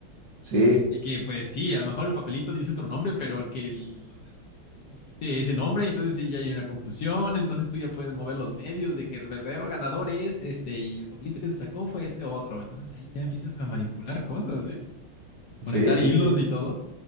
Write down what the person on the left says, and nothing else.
De que, pues sí, a lo mejor el papelito dice otro nombre, pero el que, el- o sea, tú dijiste ese nombre, entonces sí, ya hay una confusión, entonces tú ya puedes mover los medios de que el verdadero ganador es este y el papelito que se sacó fue este otro. Entonces ahí ya empiezas a manipular cosas, ¿eh? Conectar
hilos
y todo.